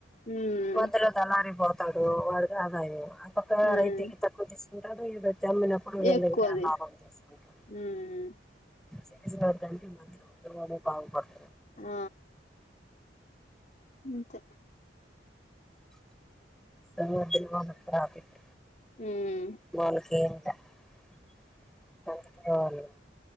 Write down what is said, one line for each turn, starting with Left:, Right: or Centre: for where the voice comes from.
Left: ఉమ్
Centre: మధ్యలో దలారి పోతాడు వాడు ఆదాయం ఆ పక్క
Left: ఉమ్
Centre: రైతుకి తక్కువ కుంటారు ఈడు చమ్మినప్పుడు వీళ్ళ
Left: ఎక్కువది
Centre: లాభం చేసుకుంటారు
Left: ఉమ్
Centre: చేజీవా త మ పాపో <unintelligible>
Left: ఆ అంతే
Centre: తర్వాత సినీ మానే ప్రాఫిట్
Left: ఉమ్
Centre: వాళ్లకి కంపెనీ వాళ్లకి